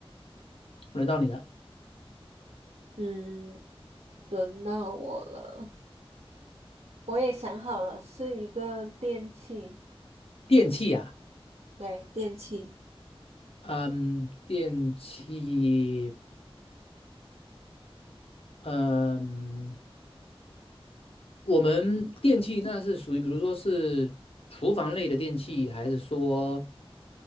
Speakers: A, on the left; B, on the right.
A: 轮到你了，
B: 嗯，轮到我了，我也想好了，是一个电器，
A: 电器呀、
B: 对，电器。
A: 啊，嗯，电器，嗯。我们电器那是属于，比如说是厨房类的电器，还是说